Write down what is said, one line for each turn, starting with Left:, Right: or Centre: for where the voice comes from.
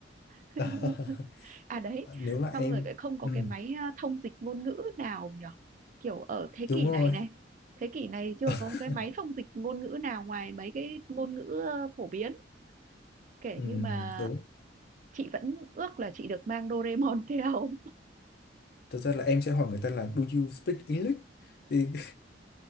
Right: <laughs>
Left: <laughs>
Right: À đấy,
Left: Ờ, nếu là
Right: xong
Left: em
Right: rồi lại không có
Left: ừ,
Right: cái máy à, thông dịch ngôn ngữ nào nhở? Kiểu ở thế
Left: đúng
Right: kỷ
Left: rồi
Right: này này, thế kỷ này chưa
Left: <laughs>
Right: có cái máy thông dịch ngôn ngữ nào ngoài mấy cái ngôn ngữ ờ, phổ biến. Kể
Left: ừ,
Right: như mà
Left: đúng
Right: chị vẫn ước là chị được mang Doraemon theo.
Left: thật ra là em sẽ hỏi người ta là do you speak English thì